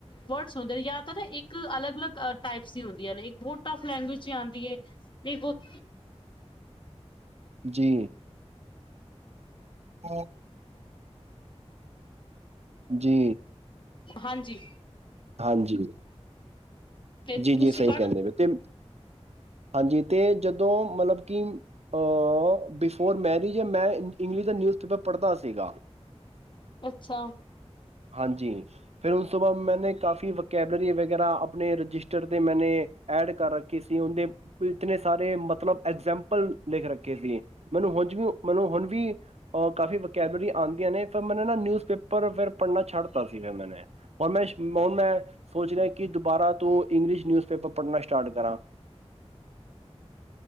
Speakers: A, on the left; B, on the right.
A: ਵਰਡਸ ਹੁੰਦੇ ਨੇ ਜਾਂ ਤਾਂ ਨਾ ਇੱਕ ਅਲੱਗ ਅਲੱਗ ਟਾਈਪਸ ਦੀਆਂ ਹੁੰਦੀਆਂ ਨੇ ਇੱਕ ਬਹੁਤ ਟਫ ਲੈਂਗੁਏਜ ਚ ਆਉਂਦੀ ਹੈ ਇੱਕ ਬਹੁਤ
B: ਜੀ ਹਾਂ ਜੀ
A: ਹਾਂਜੀ
B: ਹਾਂਜੀ
A: ਤੇ
B: ਜੀ
A: ਤੁਸੀਂ
B: ਜੀ ਸਹੀ
A: ਪੜ੍ਹ
B: ਕਹਿੰਦੇ ਵੀ ਤੇ ਹਾਂਜੀ ਤੇ ਜਦੋਂ ਮਤਲਬ ਕਿ ਅਹ ਬਿਫੋਰ ਮੈਰਿਜ ਮੈਂ ਇੰਗਲਿਸ਼ ਦਾ ਨਿਊਜ਼ਪੇਪਰ ਪੜ੍ਹਦਾ ਸੀਗਾ
A: ਅੱਛਾ,
B: ਹਾਂਜੀ ਫੇਿਰ ਉਸ ਸੁ ਬਾਅ ਮੈਂ ਕਾਫੀ ਵਕੈਬਲਰੀ ਵਗੈਰਾ ਆਪਣੇ ਰਜਿਸਟਰ ਤੇ ਮੈ ਐਡ ਕਰ ਰੱਖੀ ਸੀ ਉਹਦੇ ਇਤੇ ਸਾਰੇ ਮਤਲਬ ਐਗਜਾਮਪਲ ਲਿਖ ਰੱਖੇ ਸੀ ਮੈਨੂੰ ਹ ਮੈਨੂੰ ਹੁਣ ਵੀ ਅ ਕਾਫੀ ਵਕੈਬਲਰੀ ਆਉਂਦੀਆਂ ਨੇ ਫਿਰ ਮੈਨ ਨਾ ਨਿਊਜ਼ ਪੇਪਰ ਫਿਰ ਪੜ੍ਹਨਾ ਛੱਡਤਾ ਸੀ ਫਿਰ ਮੈਂ ਪੰੈਸ਼ ਹੁਣ ਮੈਂ ਸੋਚ ਰਿਹਾ ਕਿ ਦੁਬਾਰਾ ਤੂੰ ਇੰਗਲਿਸ਼ ਨਿਊਜ਼ਪੇਪਰ ਪੜ੍ਹਨਾ ਸਟਾਰਟ ਕਰਾਂ